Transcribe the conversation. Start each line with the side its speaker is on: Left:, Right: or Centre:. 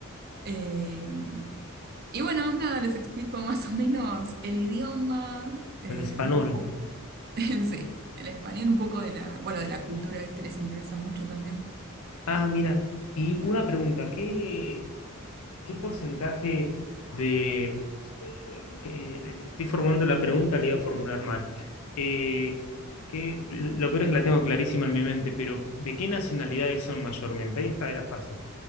Right: Em, y bueno, nada, les explico <laughs> más o menos el idioma, eh,
Left: el español.
Right: <laughs> Sí, el español un poco de la, bueno, de la cultura que les interesa mucho también.
Left: Ah, mira, y una pregunta, ¿qué? ¿Qué porcentaje de... eh, que, que estoy formulando la pregunta, la iba a formular mal. Eh, que, lo peor es que la tengo clarísima en mi mente, pero ¿de qué nacionalidades son mayormente? Ahí está, era fácil.